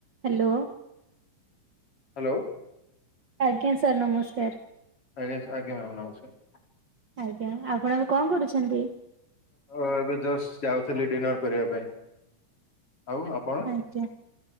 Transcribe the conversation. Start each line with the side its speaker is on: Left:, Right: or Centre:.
Right: Hello.
Left: Hello.
Right: ଆଜ୍ଞା sir ନମସ୍କାର।
Left: ଆଜ୍ଞା ସା ଆଜ୍ଞା ମାମ ନମସ୍କାର।
Right: ଆଜ୍ଞା ଆପଣ ଏବେ କଣ କରୁଛନ୍ତି?
Left: ଏବେ ଜଷ୍ଟ ଯାଉଥିଲି ଡିନର କରିବା ପାଇଁ ଆଉ ଆପଣ।
Right: ଆଜ୍ଞା